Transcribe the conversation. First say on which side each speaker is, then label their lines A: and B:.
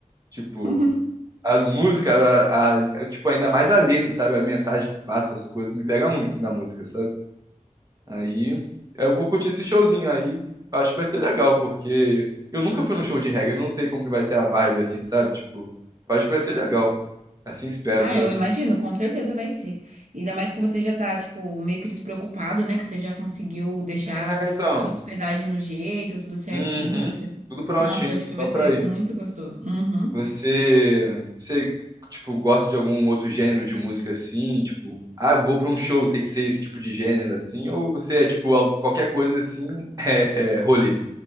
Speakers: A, on the right; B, on the right.
A: Tipo.
B: <laughs>
A: As músicas, a, a- tipo, ainda mais a letra, sabe? A mensagem que passa, as coisas, me pega muito da música, sabe? Aí eu vou curtir esse showzinho aí. Acho que vai ser legal, porque eu nunca fui num show de reggae, eu não sei como que vai ser a vibe, assim, sabe? Tipo, eu acho que vai ser legal. Assim espero,
B: Ah,
A: sabe?
B: eu imagino, com certeza vai ser. Ainda mais que você já tá, tipo, meio que despreocupado, né? Que você já conseguiu deixar
A: É, então.
B: sua hospedagem no jeito, tudo certinho.
A: Uhum.
B: Que você...
A: Tudo prontinho,
B: Nossa, acho
A: só
B: que vai ser
A: pra ir.
B: muito gostoso. Uhum.
A: Você, você, tipo, gosta de algum outro gênero de música assim? Tipo, ah, eu vou pra um show, tem que ser esse tipo de gênero assim? Ou você é, tipo, al- qualquer coisa assim, <laughs> é, é rolê?